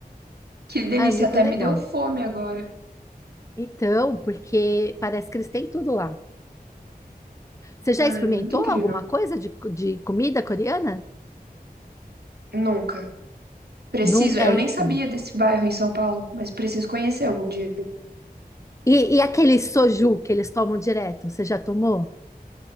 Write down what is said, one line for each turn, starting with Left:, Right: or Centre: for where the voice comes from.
Right: Que delícia,
Left: Ah, é muito
Right: até
Left: legal.
Right: me deu fome agora.
Left: Então, porque parece que eles têm tudo lá. Você já
Right: Ai,
Left: experimentou
Right: muito incrível.
Left: alguma coisa de, de comida coreana?
Right: Nunca. Preciso,
Left: Nunca.
Right: eu
Left: É,
Right: nem
Left: então.
Right: sabia desse bairro em São Paulo, mas preciso conhecer algum dia.
Left: E, e aquele soju que eles tomam direto, você já tomou?